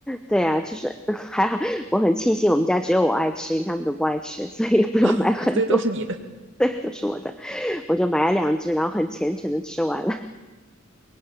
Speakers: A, in the centre; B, on the right.
A: 对啊，就是 <laughs> 还好，我很庆幸我们家只有我爱吃，因为他们都不爱吃，所以不用买很多。
B: <laughs> 所以都是你的，
A: 对，都是我的，我就买了两只，然后很虔诚的吃完了。